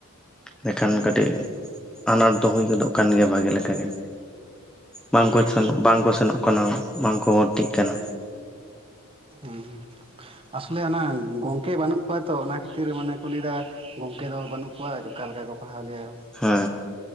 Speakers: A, in the centre; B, on the right (about 25°).
A: ᱮᱰᱮᱠᱷᱟᱱ
B: ᱦᱩᱸ
A: ᱠᱟᱹᱴᱤᱡ ᱟᱱᱟᱴ ᱫᱚ ᱦᱩᱭ ᱜᱚᱫᱚᱜ ᱠᱟᱱ ᱜᱮᱭᱟ ᱵᱷᱟᱜᱤ ᱞᱮᱠᱟᱜᱮ, ᱵᱟᱝᱠᱚ
B: ᱦᱩᱸ
A: ᱵᱟᱝ ᱠᱚ ᱥᱮᱱᱚᱜ ᱠᱟᱱᱟ ᱵᱟᱝᱠᱚ ᱦᱚᱨᱛᱤᱜ ᱠᱟᱱᱟ᱾
B: ᱦᱩ ᱟᱥᱚᱞᱮ ᱦᱟᱱᱟ ᱜᱚᱝᱠᱮ ᱵᱟᱹᱱᱩᱜ ᱠᱚᱣᱟ ᱛᱚ ᱚᱱᱟ ᱠᱷᱟᱹᱛᱤᱨ ᱢᱟᱱᱮ ᱠᱚ ᱞᱟᱹᱭᱟ ᱜᱚᱝᱠᱮ ᱫᱚ ᱵᱟᱹᱱᱩᱜ ᱠᱚᱣᱟ ᱚᱠᱟ ᱞᱮᱠᱟ ᱠᱚ ᱯᱟᱲᱦᱟᱣ ᱞᱮᱭᱟ?
A: ᱦᱮ